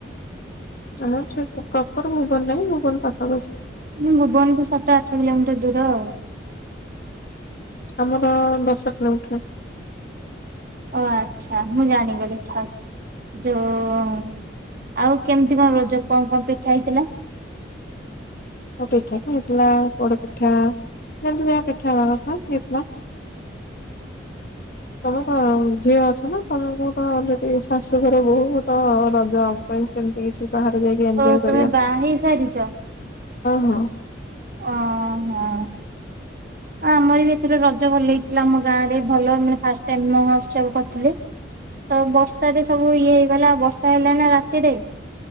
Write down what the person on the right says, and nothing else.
ଭୁବନଠୁ ସାତ ଆଠ କିଲୋମିଟର ଦୂର ଆଉ।
ଓ ଆଚ୍ଛା ମୁଁ ଜାଣି ଗଲି ଠା ଯୋଉ ଆଉ କେମିତି କଣ ରଜ କଣ କଣ ପିଠା ହେଇଥିଲା?
<unintelligible>
ଓ ତମେ
ବାହା
ହେଇ ସାରିଛ
ଓହୋ ଆ ଆମର ବି ଏ ରଜ ଭଲ ହେଇଥିଲା ଆମ ଗାଁରେ ଭଲ ମାନେ ଫାଷ୍ଟ ଟାଇମ୍ ମହଉର୍ତ୍ସବ କରିଥିଲେ। ତ ବର୍ଷାରେ ସବୁ ଇଏ ହେଇଗଲା ବର୍ଷା ହେଲା ନା ରାତିରେ।